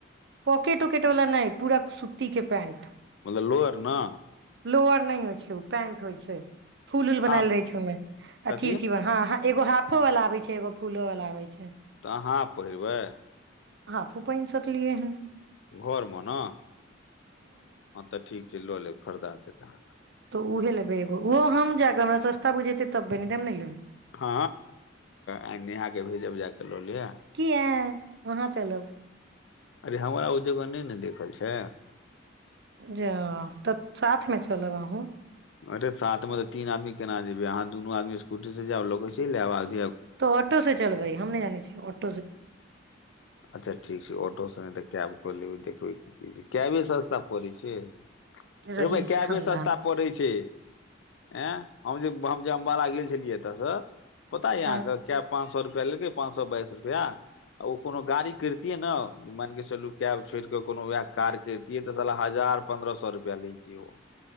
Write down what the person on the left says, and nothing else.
मतलब लोअर ने
हाफ
कथी
तऽ अहाँ हाफ पहिरबै
घरमे ने हँ तऽ ठीक छै लऽ लेब खरीदा देत अहाँके
हँ आ नेहा कऽ भेजब जा कऽ लऽ लियअ
अरे हमरा ओ जगह नहि ने देखल छै
अरे साथ मे तीन आदमी केना जेबै अहाँ दुनू आदमी स्कूटी से जाउ लऽ कऽ चैल आएब
अच्छा ठीक छै ऑटो स नै तऽ कैब कऽ लेबै ख की कैबे सस्ता पड़ै छै
रौ बहिं कैबे
सस्ता पड़ै छै आँय हम जे हम जे अम्बाला गेल छलियै एतऽसँ पता यै
अहाँ के काएब पाँच सए रुपआ पहिलके पाँच सए बाइस रुपैआ आ ओ कोनो गाड़ी करितियै ने मान कऽ चलू कैब छोड़ि कऽ कोनो उएह कार करितियै तऽ सह हजार पन्द्रह सए रुपैआ लेैतियै ओ